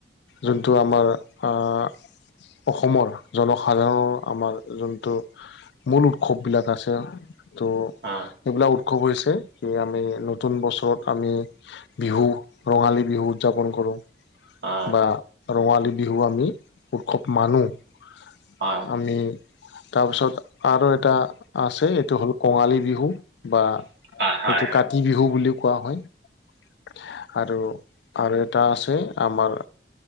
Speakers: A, on the left (about 70°); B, on the right (about 70°).
A: যোনটো আমাৰ আহ অসমৰ <unintelligible> জনসাধাৰণৰ আমাৰ যোনটো মূল উৎসৱবিলাক আছে ত' <unintelligible>
B: অঁ <inaudible>
A: সেইবিলাক উৎসৱ হৈছে কি আমি নতুন বছৰত আমি <unintelligible> বিহু, ৰঙালী বিহু উদযাপন কৰোঁ। <unintelligible>
B: হয়
A: আহ ৰঙালী বিহু আমি উৎসৱ মানো। <unintelligible>
B: হয়। <inaudible>
A: আমি তাৰপিছত আৰু এটা <inaudible> আছে এইটো হ'ল কঙালী বিহু বা
B: হয় হয়
A: এইটো কাতি বিহু বুলিও কোৱা হয়। <unintelligible> <unintelligible> আৰু-আৰু এটা আছে আমাৰ